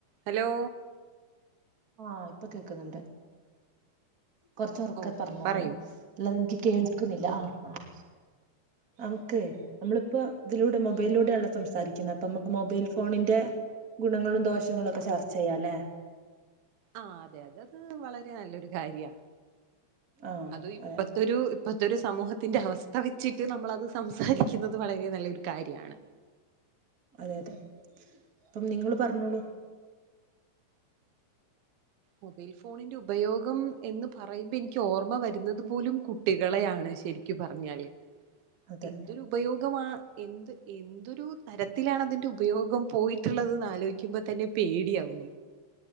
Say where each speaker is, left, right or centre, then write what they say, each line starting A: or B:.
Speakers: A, on the right; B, on the right.
A: Hello
B: ആഹ് ഇപ്പൊ കേക്ക്ന്ന്ണ്ട് കൊറ്ച് ഒറെക്കെ
A: ഓക്കെ
B: പറഞ്ഞോളൂ
A: പറയൂ
B: അലത് ഇൻക്ക് കേൾക്ക്ന്നില്ല
A: ഓക്കെ
B: ആഹ് ആഹ് നമ്ക്കെ നമ്മളിപ്പോ ഇതിലൂടെ മൊബൈലിലൂടെയാണല്ലോ സംസാരിക്കുന്നെ അപ്പൊ നമുക്ക് മൊബൈൽ ഫോണിന്റെ ഗുണങ്ങളും ദോഷങ്ങളും ഒക്കെ ചർച്ച ചെയ്യാലേ
A: ആഹ് അതെ അതെ അത് വളരെ നല്ലൊരു കാര്യാ
B: ആഹ്
A: അതു ഇപ്പത്തൊരു
B: അതെ
A: ഇപ്പത്തൊരു സമൂഹത്തിന്റെ അവസ്ഥ വെച്ചിട്ട് നമ്മളത് സംസാരിക്കുന്നത് വളരെ നല്ലൊരു കാര്യാണ്
B: അതെ അതെ അപ്പം നിങ്ങള് പറഞ്ഞോളൂ
A: മൊബൈൽ ഫോണിന്റെ ഉപയോഗം എന്ന് പറയുമ്പോ എനിക്ക് ഓർമ വരുന്നത് പോലും കുട്ട ട്ടികളെയാണ് ശരിക്കും പറഞ്ഞാല്
B: അതെ
A: എന്തൊരു ഉപയോഗമാ എന്ത് എന്തൊരു തരത്തിലാണ് അതിന്റെ ഉപയോഗം പോയി ള്ളത് ആലോചിക്കുമ്പോ തന്നെ പേടിയാവുന്നു